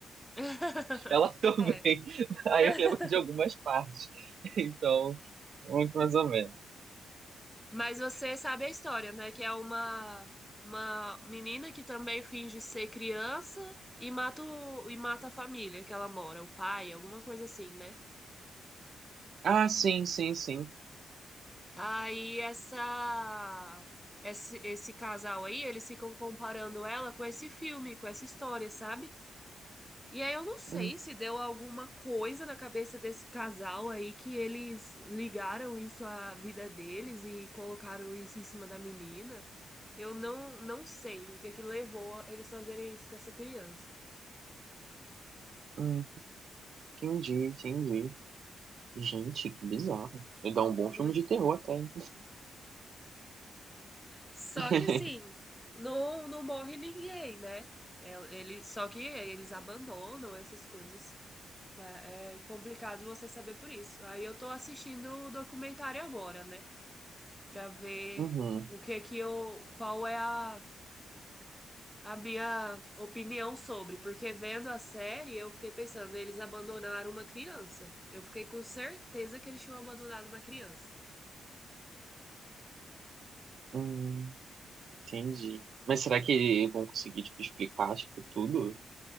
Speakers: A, in the centre; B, on the right.
A: <laughs>
B: Ela <laughs> também.
A: É.
B: Aí
A: <laughs>
B: eu lembro de algumas partes. <laughs> Então, muito mais ou menos.
A: Mas você sabe a história, né? Que é uma, uma menina que também finge ser criança e mata, o- e mata a família que ela mora, o pai, alguma coisa assim, né?
B: Ah, sim, sim, sim.
A: Aí essa, esse, esse casal aí, eles ficam comparando ela com esse filme, com essa história, sabe? E aí eu não sei
B: Hum,
A: se deu alguma coisa na cabeça desse casal aí que eles ligaram isso à vida deles e colocaram isso em cima da menina. Eu não, não sei o que que levou a eles fazerem isso com essa criança.
B: hum, entendi, entendi. Gente, que bizarro. Vai dar um bom
A: Muito
B: filme de terror
A: bizarro.
B: até. hein?
A: Só
B: <laughs>
A: que assim, não, não morre ninguém, né? É, Ele, só que eles abandonam essas coisas. É complicado você saber por isso. Aí eu tô assistindo o documentário agora, né? Pra ver
B: Uhum,
A: o que que eu, qual é a, a minha opinião sobre. Porque vendo a série, eu fiquei pensando, eles abandonaram uma criança. Eu fiquei com certeza que eles tinham abandonado uma criança.
B: hum, entendi. Mas será que vão conseguir, tipo, explicar, tipo, tudo?